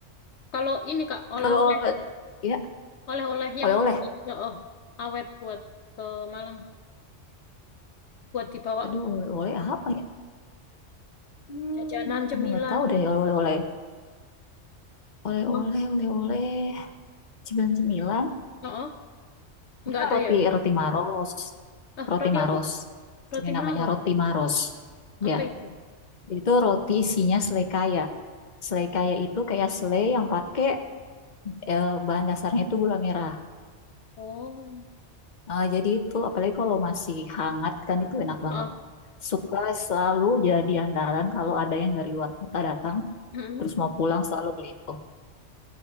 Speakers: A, on the left; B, on the left.
A: Kalau ini Kak, oleh-oleh
B: Kalau ya
A: oleh-oleh yang
B: oleh-oleh.
A: awet ya, oh, awet buat ke Malang, buat dibawa
B: Aduh, oleh-oleh apa ya? Hmm,
A: jajanan cemilan.
B: aduh nggak tahu deh oleh-oleh. Oleh-oleh,
A: Mau?
B: oleh-oleh. Cemilan-cemilan.
A: Oh, oh. Nggak
B: Ah,
A: ada
B: roti
A: ya?
B: roti Maros.
A: Ah,
B: Roti
A: roti
B: Maros.
A: apa? Roti
B: Ini
A: Maro.
B: namanya roti Maros.
A: Apa
B: Ya,
A: itu?
B: itu roti isinya selai kaya. Selai kaya itu kayak selai yang pakai eh, bahan dasarnya itu gula merah.
A: Oh.
B: Ah, jadi itu apalagi kalau masih hangat kan itu enak banget.
A: Oh.
B: Suka selalu jadi andalan kalau ada yang dari luar kota datang,
A: Mm-mm.
B: terus mau pulang selalu beli itu.